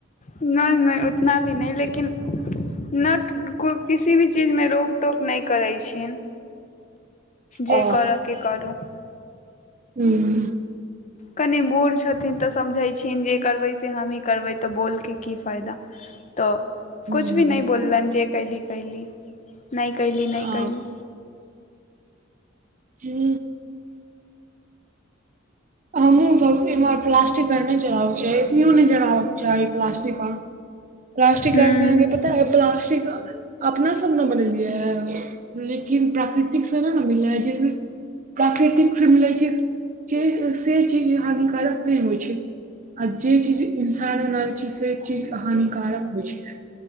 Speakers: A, on the left; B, on the right.
A: नहि नहि उतना भी नहि लेकिन नट किसी भी चीजमे रोकटोक नहि करैत छीन। जे
B: आ
A: कर के यै करू।
B: हू।
A: कनि बूढ़ छथिन तऽ समझै छिन जे करबै से हमहीँ करबै तऽ बोलके की फायदा। तऽ
B: हूँ
A: कुछु भी नहि बोललनि जे कयली कयली नहि कयली
B: आ
A: नहि कयली।
B: हू। हमहु सब इमहर प्लास्टिकने आर नय जराबक चाही इतनीयो नय जराबक चाही प्लास्टिक आर प्लास्टिक
A: हूँ
B: आर स अहाँ के पता अइ प्लास्टिक अपना सब ने बनेलिया। लेकिन प्राकृतिक स नय ने मिलै जेकी प्राकृतिक से मिलै छे से, से चीज हानिकारक नहि होइ छै। आ जे चीज इंसान बनाबे छै से चीज हानिकारक होइ छै।